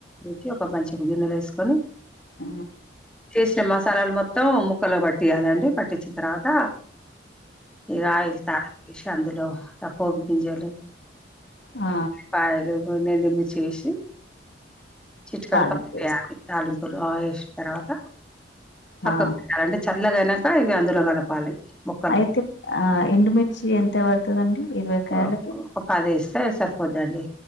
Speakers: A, in the centre; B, on the left.
A: చి ఒక మంచి ఒక గిన్నెలేసుకొని
B: ఆ
A: చేసిన మసాలాలు మొత్తం ముక్కలకు పట్టియాలండి ప టిచ్చిన తర్వాత ఇగ ఆయిల్ త ఇష్ అందులో ప్పోప్ గింజలు
B: ఆ
A: పాయలు గొన్ని ఎండుమిర్చేసి చిట్కడు
B: తాలింపు
A: పసుపేయాలి
B: వేసుకో
A: తాలింపులు ఆ ఏషిన్ తర్వాత పక్కకు
B: ఆ
A: పెట్టాలండి చల్లగైనంక ఇవి అందులో కలపాలి ముక్కలు
B: అయితే ఆ ఎండుమిర్చి ఎంత పడుతదండి ఇరవై కాయలకి
A: ఓ ఒక పది ఎస్తే సరిపోతాది